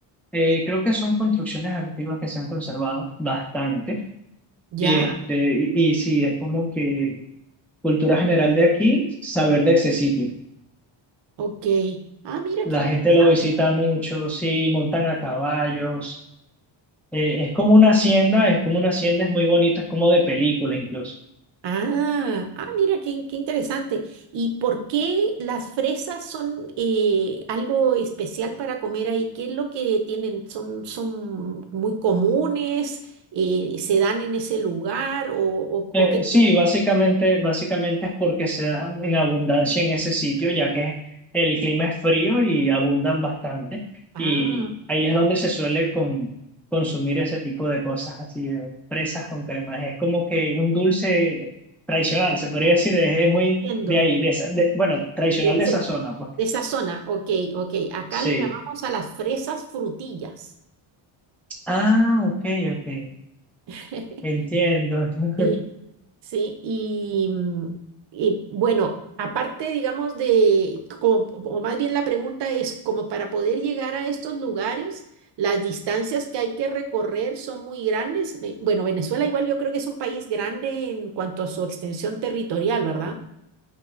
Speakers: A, in the centre; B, on the right.
A: Eh, creo que son construcciones antiguas que se han conservado bastante.
B: Ya,
A: Y, este, y, y sí, es como que cultura general de aquí, saber de ese sitio.
B: ok. Ah, mira,
A: La
B: qué interesante.
A: gente lo visita mucho, sí, montan a caballos. Eh, es como una hacienda, es como una hacienda, es muy bonito, es como de película incluso.
B: Ah, ah, mira, qué, qué interesante. ¿Y por qué las fresas son eh, algo especial para comer ahí? ¿Qué es lo que tienen? ¿Son, son muy comunes? Eh, ¿se dan en ese lugar? ¿O, o,
A: Eh,
B: o qué tienen?
A: sí, básicamente, básicamente es porque se dan en abundancia en ese sitio, ya que el clima es frío y abundan bastante.
B: Ah,
A: Y ahí es donde se suele con- consumir ese tipo de cosas, así de fresas con cremas. Es como que un dulce tradicional, se podría decir, es, es muy
B: entiendo.
A: de ahí, de, esa- de- bueno, tradicional
B: Del
A: de
B: ce-
A: esa zona, pues.
B: de esa zona. Ok, ok. Acá
A: Sí.
B: le llamamos a las fresas frutillas.
A: Ah, ok, ok,
B: <laughs>
A: entiendo. <laughs>
B: Sí. Sí, y, mm, y, bueno, aparte, digamos, de, como- o más bien la pregunta es, como para poder llegar a estos lugares, las distancias que hay que recorrer son muy grandes. Me- Bueno, Venezuela igual yo creo que es un país grande en cuanto a su extensión territorial, ¿verdad?